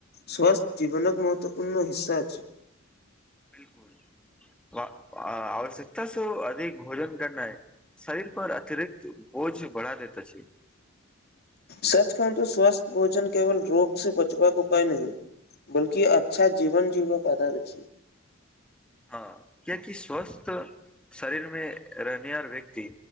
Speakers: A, on the left; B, in the centre.
A: स्वास्थ्य जीवन कऽ महत्वपूर्ण हिस्सा अछी
B: बिल्कुल <unintelligible> आवश्यकता स अधिक भोजन करनै शरीर पर अतिरिक्त बोझ बढ़ा देत छै
A: सच कहूं तो स्वस्थ भोजन केवल रोग से बचबाक उपाय नहीं बल्कि अच्छा जीवन जीवक आधार अछि
B: हँ कियकि स्वास्त शरीर में रहनियार व्यक्ति